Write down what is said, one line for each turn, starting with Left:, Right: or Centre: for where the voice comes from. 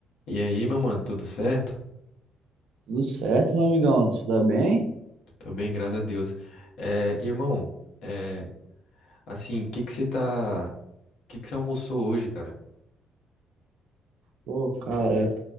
Left: E aí, meu mano, tudo certo?
Right: Tudo certo, meu amigão? Tudo tá bem?
Left: Tô bem, graças a Deus. É, irmão, é, assim, o que que você tá, que que você almoçou hoje, cara?
Right: Pô, cara,